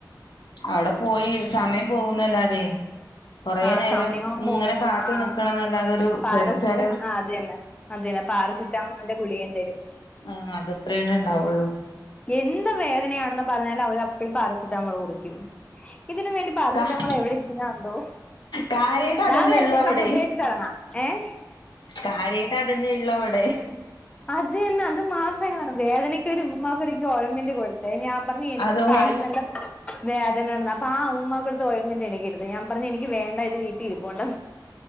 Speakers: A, on the left (about 80°); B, on the left (about 15°).
A: അവിടെ പോയി സമയം പോവുംന്നല്ലാതെ. കൊറെ
B: ആഹ്
A: നേരം
B: സമയവും
A: ഇങ്ങനെ
B: പോവും
A: കാത്തു
B: ആഹ്
A: നിക്കണം എന്നല്ലാതൊരു
B: പാരസെറ്റ്
A: ചൽ ചെലവർക്ക്.
B: ആ അത് തന്നെ അത് തന്നെ പാരസെറ്റാമോളിന്റെ ഗുളികേം തരും.
A: ആഹ് അതെത്രേന്നെ ഇണ്ടാവൊള്ളൂ.
B: എന്ത് വേദനയാണെന്ന് പറഞ്ഞാലും അവരപ്പഴും പാരസെറ്റാമോൾ കുറിക്കും. ഇതിലും വേണ്ടി പാരസെറ്റാമോൾ
A: ക
B: എവിടെ ഇരിക്കുന്നാ എന്തോ.
A: കാര്യായിട്ട്
B: ന്നാ
A: അതന്നെ
B: വരുന്നിട്ടാ
A: ഉള്ളു അവിടെ
B: ഫുഡ് കഴിച്ചിട്ട് എറങ്ങാ ഏഹ്
A: കാര്യായിട്ട് അതന്നെ ഇള്ളു വടെ.
B: അത് തന്നെ അത് മാത്രേ കാണൂ. വേദനക്കൊരു ഉമ്മുമ്മാക്കൊരിക്കെ ഓയ്മെൻ്റ് കൊടുത്തേ ഞാൻ പറഞ്ഞു എനിക്ക്
A: അതുപോലെ
B: കാല് നല്ല വേ അതെന്നേണ്. അപാ ഉമ്മാക്കൊടുത്ത് ഒഴിമെന്റ് എനിക്കിരുത്. ഞാൻ പറഞ്ഞു ഇനിക്ക് വേണ്ട ഒരു വീട്ടീ ഇരിപ്പുണ്ട്.